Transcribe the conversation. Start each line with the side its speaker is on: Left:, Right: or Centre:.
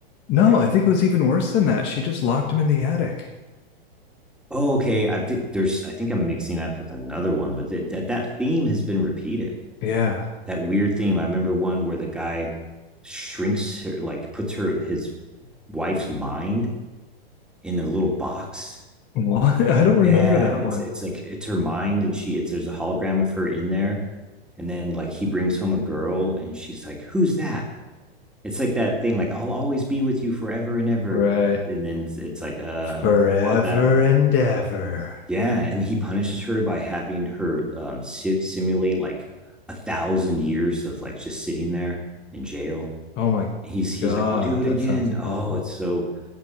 Left: No,
Centre: right?
Left: I think it was even worse than that. She just locked him in the attic.
Centre: Oh, okay. I think there's, I think I'm mixing up with another one, but th- that that theme has been repeated.
Left: Yeah.
Centre: that weird theme. I remember one where the guy shrinks her, like puts her his wife's mind in a little box.
Left: What? <laughs> I don't remember
Centre: yeah,
Left: that
Centre: it's
Left: one.
Centre: it's like it's her mind, and she it's there's a hologram of her in there, and then like he brings home a girl, and she's like, "Who's that?" It's like that thing, like I'll always be with you forever and ever,
Left: Right.
Centre: and then it's, it's like, uh,
Left: Forever
Centre: I don't think you want that.
Left: and ever.
Centre: Yeah, and he punishes her by having her um si simulate like a thousand years of like just sitting there in jail
Left: Oh my
Centre: he's he's
Left: God,
Centre: like, I'll do it
Left: that
Centre: again.
Left: sounds
Centre: Oh,
Left: awful.
Centre: it's so